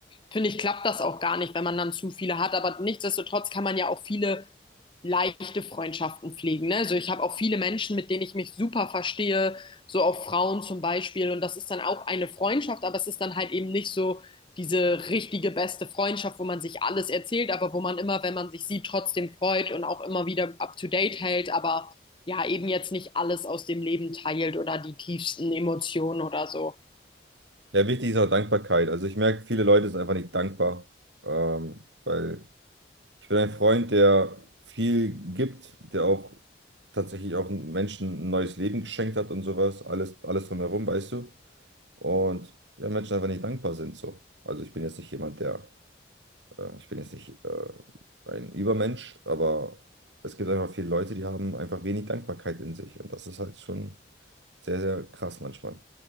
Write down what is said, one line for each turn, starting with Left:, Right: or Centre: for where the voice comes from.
Left: finde ich, klappt das auch gar nicht, wenn man dann zu viele hat. Aber nichtsdestotrotz kann man ja auch viele leichte Freundschaften pflegen. Ne? Also ich habe auch viele Menschen, mit denen ich mich super verstehe, so auch Frauen zum Beispiel. Und das ist dann auch eine Freundschaft, aber es ist dann halt eben nicht so diese richtige beste Freundschaft, wo man sich alles erzählt, aber wo man immer, wenn man sich sieht, trotzdem freut und auch immer wieder up to date hält, aber ja, eben jetzt nicht alles aus dem Leben teilt oder die tiefsten Emotionen oder so.
Right: Ja, wichtig ist auch Dankbarkeit. Also ich merke, viele Leute sind einfach nicht dankbar, ähm, weil ich bin ein Freund, der viel gibt, der auch tatsächlich auch Menschen ein neues Leben geschenkt hat und sowas, alles, alles drumherum, weißt du? Und ja, Menschen einfach nicht dankbar sind so. Also ich bin jetzt nicht jemand, der, äh, ich bin jetzt nicht äh, ein Übermensch, aber es gibt einfach viele Leute, die haben einfach wenig Dankbarkeit in sich und das ist halt schon sehr, sehr krass manchmal.